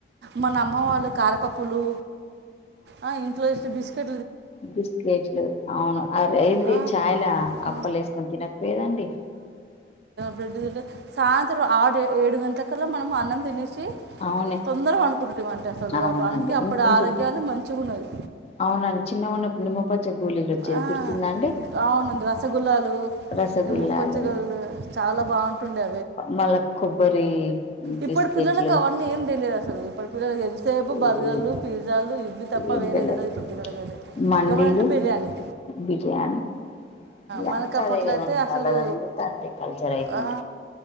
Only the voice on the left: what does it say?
బిస్కెట్లు అవును అరీ ఎయింది
చాయిలా
అప్పలేసుకొని తినకపోయేదండి.
అవును
అవునండి
ఇం ఇంకో
అవునండి చిన్నగ ఉన్నప్పుడు నిమ్మపచ్చ <unintelligible> వచ్చేది
గుర్తుందా అండి
రసగల్లలు
మల్ల కొబ్బరి
బిస్కెట్లు
ఏ
ఏం
తెలదు
మండీలు
బిర్యానీ ఇదంతా
అదే కదండి
వాళ్ళదంతా అంతే కల్చర్ అయితుంది